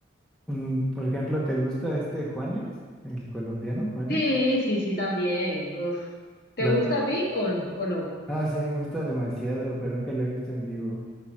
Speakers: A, in the centre; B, on the left (about 50°).
A: Mm, por ejemplo, ¿te gusta este Juanes? El colombiano Juanes.
B: Sí, sí, sí, también. Uf. ¿Te
A: La-
B: gusta a ti o, o no?
A: Ah, sí, a mí me gusta demasiado, pero nunca lo he visto en vivo.